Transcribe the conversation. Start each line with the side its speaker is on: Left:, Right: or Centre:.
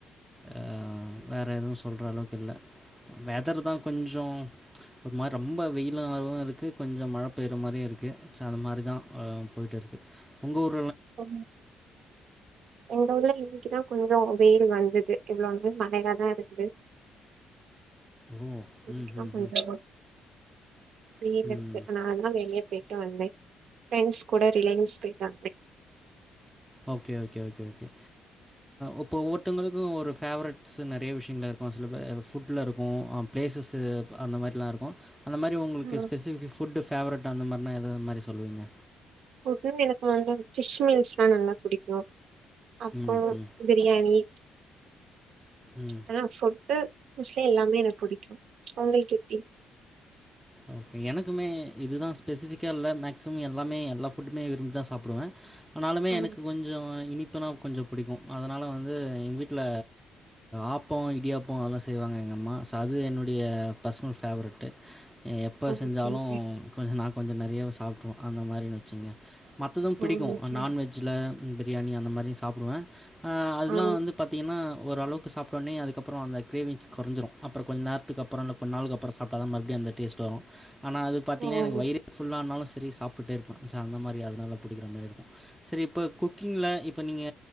Centre: அ வேற எதுவு சொல்ற அளவுக்கு இல்ல வெதர்தா கொஞ்சோ ஒரு மாரி ரொம்ப வெயில் ஆவு இருக்கு கொஞ்ச மழ பேயற மாரியு இருக்கு சோ அது மாரிதா ஆ போய்ட்ருக்கு உங்க ஊர்
Right: ஓ எங்க ஊர்ல இன்னைக்குதா கொஞ்ச வெயில் வந்துது இவ்ளோ நேர மழையாதா இருந்துது
Centre: ஓ
Right: இன்னைக்குதா
Centre: ம் ம்
Right: கொஞ்சமா வெயில்
Centre: ம்
Right: இருக்கு
Centre: ம்
Right: அதனாலதா வெளிய போய்ட்டு வந்தே ஃபரெண்ட்ஸ் கூட ரிலையன்ஸ் பேய்ட்டு வந்தே
Centre: ஓகே ஓகே ஓகே ஓகே இப்போ ஒவ்வொருத்தவங்களுக்கு ஒரு ஃபேவரட்ஸு நெறைய விஷயங்கள் இருக்கு சில பே ஃபுட்ல இருக்கு ப்ளேஸஸு அந்த மாரிலா இருக்கு அந்த மாரி உங்களுக்கு
Right: ம்
Centre: ஸ்பெசிஃபிக் ஃபுட் ஃபேவரட் அந்த மாரினா எதது மாரி சொல்விங்க
Right: ஃபுட்டுன் எனக்கு வந்து ஃபிஷ் மீல்ஸ்லா நல்லா பிடிக்கு அப்பொ
Centre: ம், ம்,
Right: பிரியாணி
Centre: ம்.
Right: ஆனா ஃபுட்டு மோஸ்ட்லி எல்லாமே எனக்கு புடிக்கு உங்களுக் எப்டி
Centre: ஓகே எனக்குமே இது தான் ஸ்பெசிஃபிக்கா இல்ல மேக்ஸிமம் எல்லாமே எல்லா ஃபுட்டுமே விரும்பி தான் சாப்டுவே ஆனாலுமே
Right: ஆ
Centre: எனக்கு கொஞ்சம் இனிப் புனா கொஞ்சோ புடிக்கும் அதுனால வந்து எங்க வீட்ல ஆப்பொ இடியாப்பொ அதல்லாம் செய்வாங்க எங்க அம்மா சோ அது என்னுடைய பர்சனல் ஃபேவரட்டு எப்போ செஞ்சாலும்
Right: ஓகே ஓகே
Centre: கொஞ்சோ நா கொஞ்சோ நெறயாவே சாப்ட்றுவோ அந்த மாதிரி வச்சுக்கங்க மத்ததும் பிடிக்கும்
Right: ஓ ஓகே
Centre: நான்வெஜ்ல பிரியாணி அந்த மாரியம் சாப்டுவேன் அஹ் அதுலா
Right: ஆ
Centre: வந்து பாத்தீங்கன்னா ஒரு அளவுக் சாப்ட்டோனே அதுக்கப்புறோ அந்த கிரேவிங்ஸ் கொறஞ்சுரம் அப்புறம் கொஞ்ச நேரத்துக்குப்புறோ இல்ல கொஞ்ச நாளுக்கு அப்புறோ சாப்ட்டாத்த மறுபடியு அந்த டேஸ்ட் டு வரும் ஆனா அது பாத்தங்கன்னா
Right: ஓ
Centre: எனக்கு வயரே ஃபுல்லானாலும் சரி சாப்டுட்டே இருப்பே ச அந்த மாரி அதுனால புடிக்கிற மாரி இருக்கும் சரி இப்போ குக்கிங்ல இப்ப நீங்க